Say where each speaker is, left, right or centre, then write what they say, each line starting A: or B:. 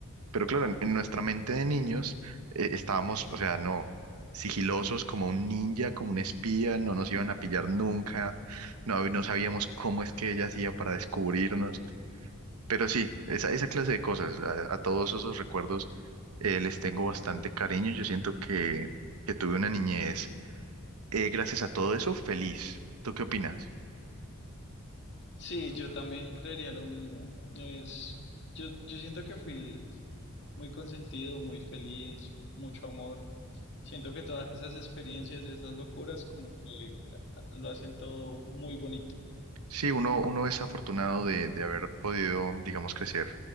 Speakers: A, on the right; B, on the left.
A: Pero claro, en, en nuestra mente de niños eh, estábamos, o sea, no, sigilosos como un ninja, como un espía, no nos iban a pillar nunca, no, no sabíamos cómo es que ella hacía para descubrirnos. Pero sí, esa, esa clase de cosas, a, a todos esos recuerdos eh, les tengo bastante cariño. Yo siento que, que tuve una niñez, eh, gracias a todo eso, feliz. ¿Tú qué opinas?
B: Sí, yo también creería lo mismo. No es, yo, yo siento que fui muy consentido, muy feliz, mucho amor. Siento que todas esas experiencias, esas locuras, como que lo hacen todo muy bonito.
A: Sí, uno, uno es afortunado de, de haber podido, digamos, crecer